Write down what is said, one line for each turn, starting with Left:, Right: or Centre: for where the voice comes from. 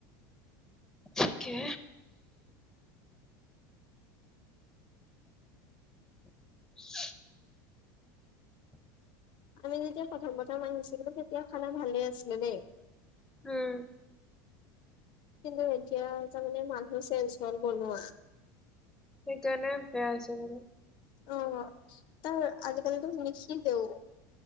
Centre: ঠিকে। <inaudible>
Left: আমি যেতিয়া প্ৰথম প্ৰথম আহিছিলো তেতিয়া খানা ভালে আছিলে দেই।
Centre: উম।
Left: কিন্তু এতিয়া তাৰমানে মানুহ চেঞ্চ হ'ল বনোৱা।
Centre: সেইকাৰণে বেয়া হৈছে মানে?
Left: অ' তো আজিকালিটো নিসিজেও।